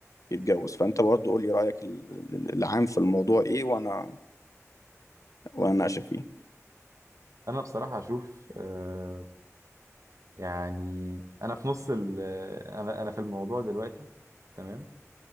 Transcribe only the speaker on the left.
يتجوز فانت برضه قول لي رايك ال- ال- العام في الموضوع ايه وانا وانا اناقشك فيه